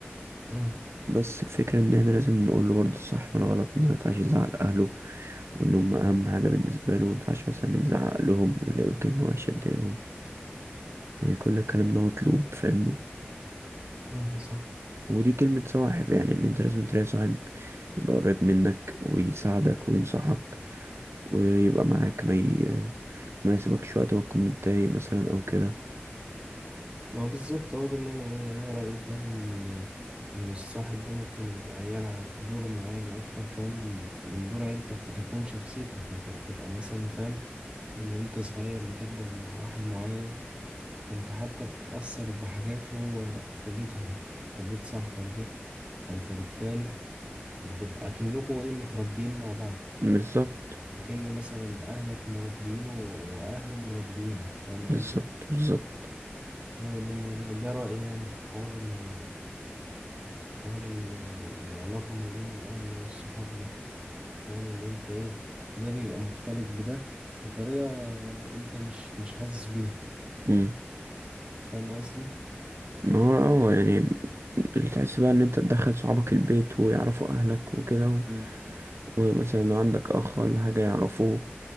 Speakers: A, on the right; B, on the right.
A: امم
B: بس الفكره ان احنا لازم نقول له برضه الصح ولا غلط إنه ما ينفعش يزعل اهله وان هم اهم حاجه بالنسبه له ما ينفعش مثلا نزعق لهم ولا يقول كلمه وحشه تضايقهم يعني كل الكلام ده مطلوب فاهمني
A: ده صح
B: ودي كلمه صاحب يعني ان انت لازم تلاقي صاحب يبقى قريب منك ويساعدك وينصحك ويبقى معاك ما ي... ما يسيبكش وقت ما تكون متضايق مثلا او كده
A: ما هو بالظبط هو ده اللي انا بقوله يعني انا رايي فعلا ان إن الصاحب ده ممكن يبقى يلعب دور معين اكبر كمان من من دور عيلتك في تكوين شخصيتك انت بتبقى مثلا فاهم من وانت صغير بتكبر مع واحد معين فانت حتى بتتاثر بحاجات هو في بيتهم في بيت صاحبك ده فانت بالتالي بتبقى كأنكوا ايه متربيين مع بعض
B: بالظبط
A: كأن مثلا اهلك مربيينه واهله مربيينك فاهم
B: بالظبط
A: قصدي
B: بالظبط
A: هو ده الموضوع ده رأيي يعني في حوار ال حوار ال العلاقة ما بين الأهل والصحاب ده فاهم إن أنت إيه ده بيبقى مختلط بده بطريقة أنت مش مش حاسس بيها
B: مم.
A: فاهم قصدي؟
B: ما هو اه يعني تحس بقى ان انت تدخل صحابك البيت ويعرفوا اهلك وكده و...
A: مم.
B: ومثلا عندك اخ ولا حاجة يعرفوه